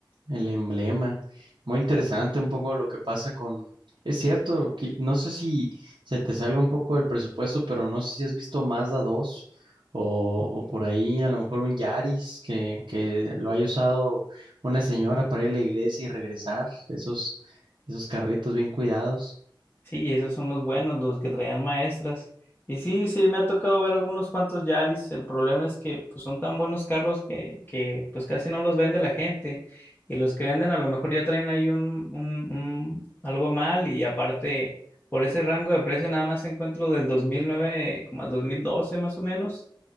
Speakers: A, on the right; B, on the left.
A: El emblema. Muy interesante un poco lo que pasa con... Es cierto, que- no sé si se te salga un poco el presupuesto, pero no sé si has visto Mazda dos o, o por ahí a lo mejor un Yaris que, que lo haya usado una señora para ir a la iglesia y regresar. Esos, esos carritos bien cuidados.
B: Sí, esos son los buenos, los que traían maestras. Y sí, sí, me ha tocado ver algunos cuantos Yaris. El problema es que pues, son tan buenos carros que, que pues casi no los vende la gente. Y los que venden a lo mejor ya traen ahí un, un, un- algo mal. Y aparte, por ese rango de precio nada más encuentro del 2009 como al 2012 más o menos.